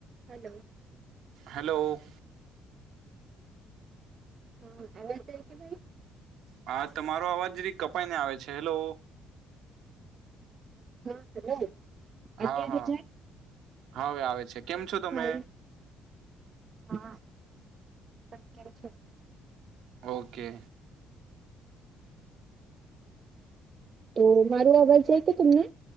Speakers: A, on the right; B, on the right.
A: Hello.
B: Hello.
A: હા અવાજ આય કે ભાઈ.
B: હા તમારો અવાજ જરીક કપાઈને આવે છે. હેલો
A: <unintelligible>
B: હા
A: અત્યારે
B: હા
A: જાય
B: હવે આવે છે.
A: કેમ
B: છો
A: છે
B: તમે
A: ભાઈ? હા. તમે કેમ છો?
B: ઓકે.
A: તો મારો અવાજ જાય કે તમને?